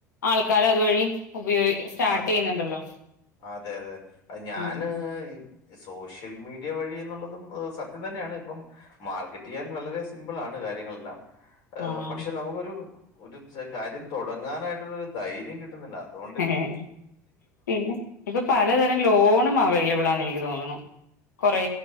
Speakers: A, on the left; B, on the left.
A: ആൾക്കാർ അതുവഴി ഉപയോഗി സ്റ്റാർട്ട്
B: ആഹ് അതെ
A: ചെയ്യുന്നുണ്ടല്ലോ
B: അതെ അതെ അ ഞാന്
A: ഉം
B: ഇ സോഷ്യൽ മീഡിയ വഴി എന്നുള്ളതും സത്യം തന്നെയാണ് ഇപ്പം. മാർക്കറ്റ് ചെയ്യാൻ വളരെ സിമ്പിൾ ആണ് കാര്യങ്ങളെല്ലാം.
A: ആഹ്
B: പക്ഷെ നമുക്കൊരു ഒരു കാര്യം തുടങ്ങാനായിട്ടുള്ള ഒരു ധൈര്യം കിട്ടുന്നില്ല അതുകൊണ്ട്
A: ഏഹ് പിന്നെ ഇപ്പൊ പലതരം ലോണും അവൈലബിളാന്നെ എനിക്ക് തോന്ന്ണു കൊറേ